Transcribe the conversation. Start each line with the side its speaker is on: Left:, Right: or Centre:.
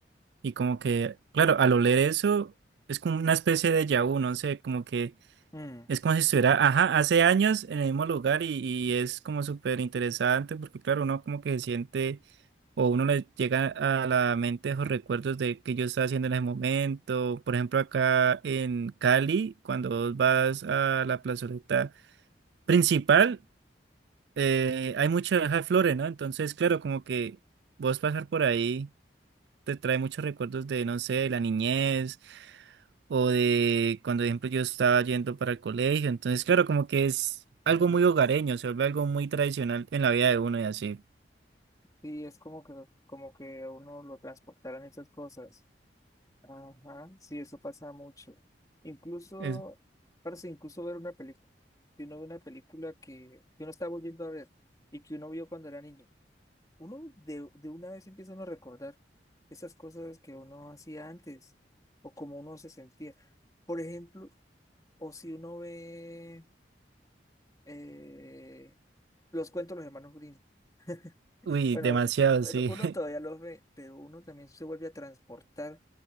Right: y como que, claro, al oler eso es como una especie de déjà vu, no sé, como que
Left: Mm,
Right: Es como si estuviera, ajá, hace años en el mismo lugar y, y es como súper interesante porque claro, uno como que se siente o uno le llega a la mente esos recuerdos de que yo estaba haciendo en ese momento. Por ejemplo, acá en Cali, cuando vos vas a la plazoleta principal, eh, hay muchas flores, ¿no? Entonces, claro, como que vos pasar por ahí te trae muchos recuerdos de, no sé, de la niñez o de cuando, por ejemplo, yo estaba yendo para el colegio. Entonces, claro, como que es algo
Left: Mm.
Right: muy hogareño, se vuelve algo muy tradicional en la vida de uno y así.
Left: Sí, es como que, como que a uno lo transportaran esas cosas. Ajá, sí, eso pasa mucho. Incluso,
Right: Es,
Left: parece incluso ver una película. Si uno ve una película que que uno está volviendo a ver y que uno vio cuando era niño. uno de, de una vez empieza uno a recordar esas cosas que uno hacía antes o cómo uno se sentía. Por ejemplo, o si uno ve eh, los cuentos de los hermanos Grimm. <laughs>
Right: uy,
Left: Bueno,
Right: demasiado,
Left: bueno,
Right: sí.
Left: uno
Right: <laughs>
Left: todavía los ve, pero uno también se vuelve a transportar